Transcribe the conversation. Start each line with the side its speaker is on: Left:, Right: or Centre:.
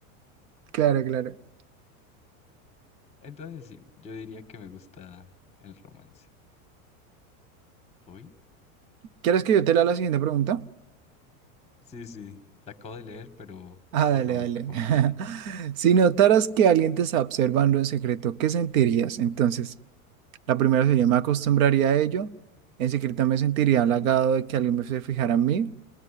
Right: Claro, claro.
Left: Entonces, sí, yo diría que me gusta el romance. Uy.
Right: ¿Quieres que yo te lea la siguiente pregunta?
Left: Sí, sí, la acabo de leer, pero
Right: Ah, dale,
Left: por favor,
Right: dale.
Left: por favor, léela
Right: <laughs>
Left: tú.
Right: Si notaras que alguien te está observando en secreto, ¿qué sentirías? Entonces, la primera sería, me acostumbraría a ello. En secreto me sentiría halagado de que alguien me se fijara en mí.